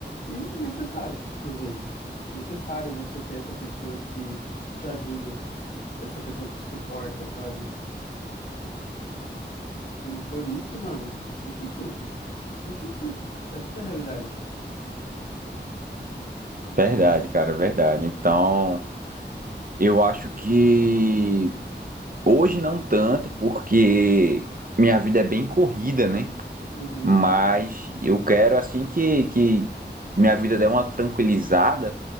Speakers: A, on the left (about 55°); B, on the right (about 50°).
A: E necessário, por vezes. Necessário você ter essa pessoa que te ajuda, essa pessoa que te suporta, sabe? Se não for isso, mano, a gente surta. A gente surta. Essa que é a realidade.
B: Verdade,
A: E,
B: cara, verdade. Então, eu acho que hoje não tanto, porque minha vida é bem corrida, né?
A: uhum,
B: Mas eu quero, assim que, que minha vida der uma tranquilizada